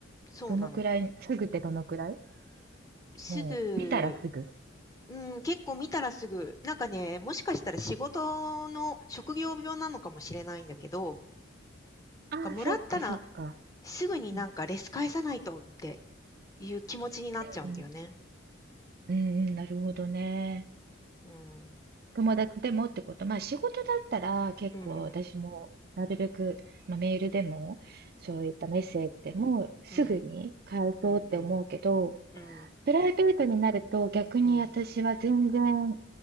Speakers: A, on the left; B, on the right.
A: そうなの。
B: どのくらい、すぐってどのくらい
A: すぐ、
B: もう、見たらすぐ。
A: うん、結構見たらすぐ、なんかね、もしかしたら仕事の職業病なのかもしれないんだけど、
B: ああ、
A: がもらったら
B: そっかそっか。
A: すぐになんかレス返さないとって
B: うん
A: いう気持ちになっちゃうんだよね。
B: うん。うんうん、なるほどね。
A: うん。
B: 友達でもってこと。まあ仕事だったら結構私もなるべく、
A: うんうん。
B: まあ、メールでもそういったメッセージでもすぐに返そうって思うけど、
A: うん。うんうん。うん。
B: プライベートになると逆に私は全然、
A: うん。